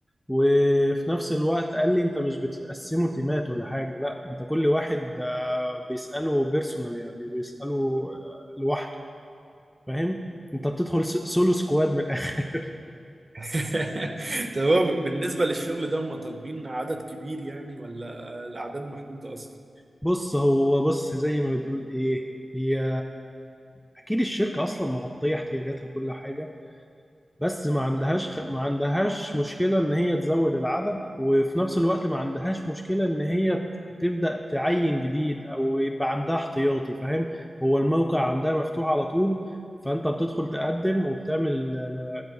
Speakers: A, in the centre; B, on the right.
A: وفي نفس الوقت قال لي انت مش بتتقسموا تيمات ولا حاجة لا انت كل واحد آه، بيسأله بيرسونال يعني بيسأله آه، لوحده فاهم انت بتدخل س- سولو سكواد من الاخر
B: <laughs> طب هو بالنسبة للشغل ده هم طالبين عدد كبير يعني ولا الأعداد محدودة أصلا؟
A: <laughs> بص هو بص زي ما بتقول ايه هي اكيد الشركة اصلا مغطية احتياجاتها وكل حاجة بس ما عندهاش خ... ما عندهاش مشكلة إن هي تزود العدد وفي نفس الوقت ما عندهاش مشكلة إن هي ت- تبدأ تعين جديد أو يبقى عندها احتياطي فاهم هو الموقع عندها مفتوح على طول فأنت بتدخل تقدم وبتعمل ال-